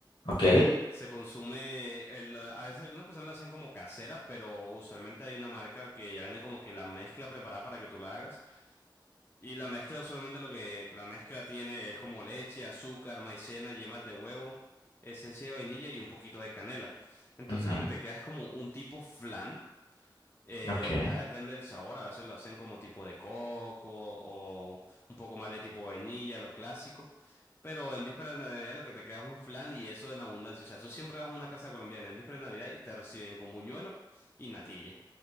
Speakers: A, on the left; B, on the left.
A: Ok.
B: Se consume, el- a veces algunas personas la hacen como casera, pero usualmente hay una marca que ya vende como que la mezcla preparada para que tú la hagas. Y la mezcla usualmente lo que la mezcla tiene es como leche, azúcar, maicena, yemas de huevo, esencia de vainilla y un poquito de canela. Entonces
A: ujú,
B: lo que te queda es como un tipo flan. Eh,
A: Ok.
B: ya depende del sabor, a veces lo hacen como tipo de coco o un poco más de tipo vainilla, lo clásico. Pero en víspera de Navidad lo que te queda es un flan y eso en abundancia. O sea, tú siempre vas a una casa colombiana en víspera de Navidad y te reciben con buñuelo y natilla.